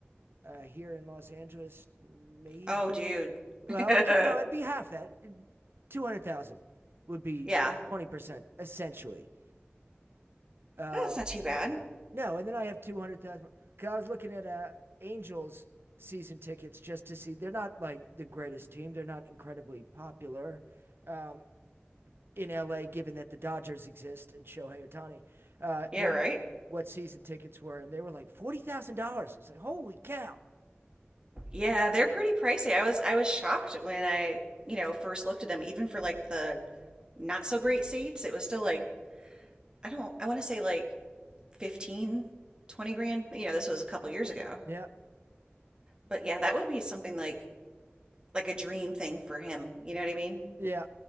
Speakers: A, on the right (about 60°); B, on the right (about 20°).
A: uh, here in Los Angeles, maybe.
B: Oh, dude.
A: Well,
B: <laughs>
A: I could no, it'd be half that. Two hundred thousand would be
B: Yeah.
A: twenty percent essentially. Uh,
B: Yeah, that's not too bad.
A: no, and then I have two hundred thousand. Cause I was looking at uh, Angels season tickets just to see. They're not like the greatest team. They're not incredibly popular. Um, in LA, given that the Dodgers exist and Shohei Otani, uh,
B: Yeah,
A: what
B: right?
A: what season tickets were, and they were like forty thousand dollars. I was like, holy cow!
B: Yeah, they're pretty pricey. I was I was shocked when I, you know, first looked at them, even for like the not so great seats, it was still like I don't, I want to say like 15, 20 grand. You know, this was a couple years ago.
A: Yeah,
B: But yeah, that would be something like like a dream thing for him. You know what I mean?
A: Yeah.